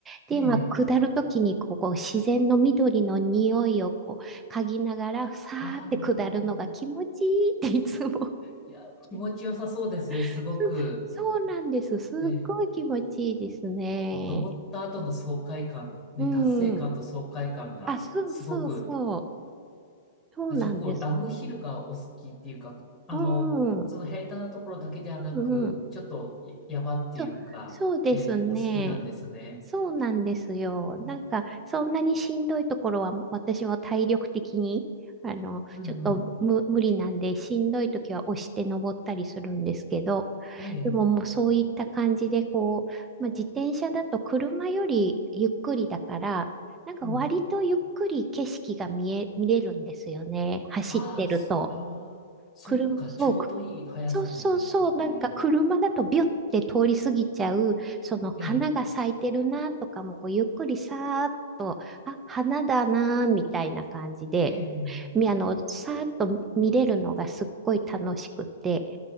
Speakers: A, on the right (about 20°); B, on the left (about 15°).
A: で、
B: ええ、
A: まあ、下るときにこう、こう自然の緑の匂いをこう、嗅ぎながら、さーって下るのが気持ちいいっていつも。
B: ああ。いや、気持ちよさそうですね、すごく。
A: <laughs> そうなんです。すっごい気持ちいいですね。
B: ええこう、登った後の爽快感、ね、
A: う
B: 達成感と爽快感が、
A: ん。あ、そうそうそう。
B: すごく、
A: そうなんです。
B: あ、じゃあ、こう、ダウンヒルがお好きっていうか、あの、
A: うん。
B: 普通の平坦なところだけではなく、
A: うんうん。
B: ちょっとい山っていうか、
A: そう、そうですね。
B: ええお好きなんですね。
A: そうなんですよ。
B: うん、
A: なんか、そんなにしんどいところは、私は体力的に、あの、
B: うん、
A: ちょっと無、
B: うん
A: 無理なんで、しんどい時は押して登ったりするんですけど、
B: ええ、
A: でももうそういった感じで、
B: ええ
A: こう、まあ、自転車だと車よりゆっくりだから、なんか割とゆっくり景色が見え、
B: うん。
A: 見れるんですよね。走ってると。
B: ああ、そ、ああ、そっか、
A: 車、そう、
B: ちょうどいい速さなんですかね。
A: くそうそうそう、なんか車だとビュンって通り過ぎちゃう、その花が咲いてるなとかも、
B: ええ、
A: こうゆっくりさーっと、あ、花だなーみたいな感じで、
B: ええ、
A: み、あの、さーっと見れるのがすっごい楽しくて、